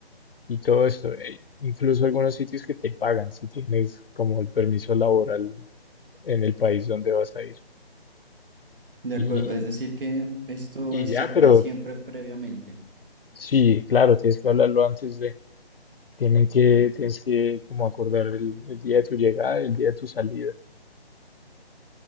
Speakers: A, on the left; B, on the right.
A: y todo esto. Eh, incluso algunos sitios que te pagan si tienes como el permiso laboral en el país donde vas a ir.
B: De
A: Y,
B: acuerdo, es decir que esto
A: y
B: se
A: ya,
B: acuerda
A: pero
B: siempre previamente.
A: sí, claro, tienes que hablarlo antes de. Tienen que, tienes que como acordar el, el día de tu llegada y el día de tu salida.